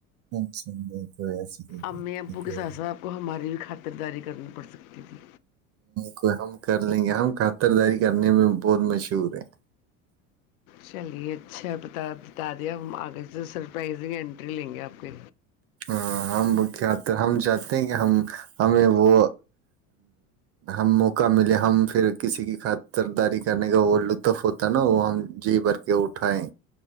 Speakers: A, on the right; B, on the left.
A: اچھا کوئی ایسی کوئی بات
B: امی ابو
A: نہیں
B: کے
A: کوئی
B: ساتھ ساتھ آپ کو ہماری بھی خاطرداری کرنی پڑ سکتی تھی
A: کو ہم کر لیں گے ہم خطرداری کرنے میں بہت مشہور ہیں
B: چلیے اچھا بتا بتا دیا ہم آگے سرپرائز انٹری لیں گے آپ کے
A: ہ ہم کیا ہم چاہتے ہیں کہ ہم ہمیں وہ ہم موقع ملے ہم پھر کسی کی خطرداری کرنے کا وہ لطف ہوتا ہے نا وہ ہم جی بھر کے اٹھائے